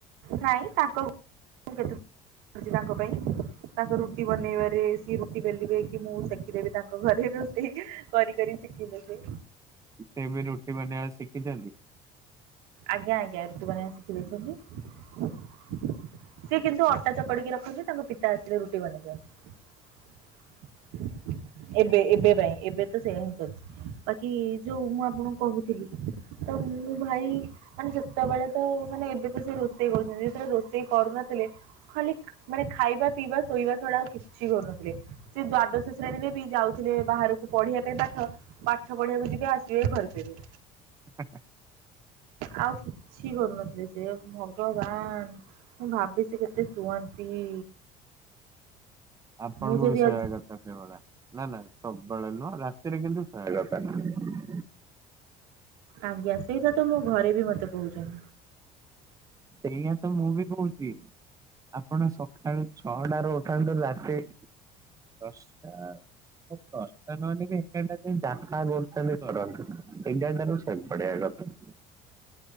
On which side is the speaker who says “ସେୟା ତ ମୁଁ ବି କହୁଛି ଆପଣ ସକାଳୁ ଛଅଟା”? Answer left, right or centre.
Right